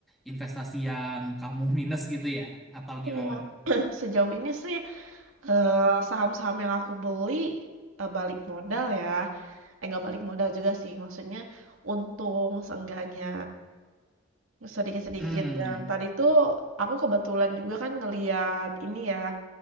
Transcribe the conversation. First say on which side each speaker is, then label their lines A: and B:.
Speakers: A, in the centre; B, on the right (about 85°).
A: investasi yang kamu minus gitu ya atau
B: Wah,
A: gimana?
B: <clears throat> sejauh ini sih, eee, saham-saham yang aku beli, eee, balik modal ya, eh, nggak balik modal juga sih, maksudnya untung seenggaknya. Sedikit-sedikit.
A: Hmm.
B: Nah, tadi tuh aku kebetulan juga kan ngeliat ini ya,